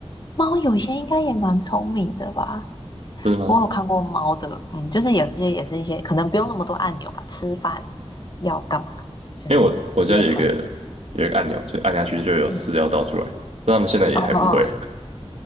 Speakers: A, on the left; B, on the right.
A: 猫有些应该也蛮聪明的吧。
B: 真的吗？
A: 我有看过猫的，
B: 我
A: 嗯，就是有些也是一些可能不用那么多按钮吧，吃饭要干嘛干嘛，就是没有看过。
B: 因为我我家有一个有一个按钮，就按下去就有饲料倒出来，
A: 嗯，
B: 但他们现在也还不会，
A: 哦哦哦，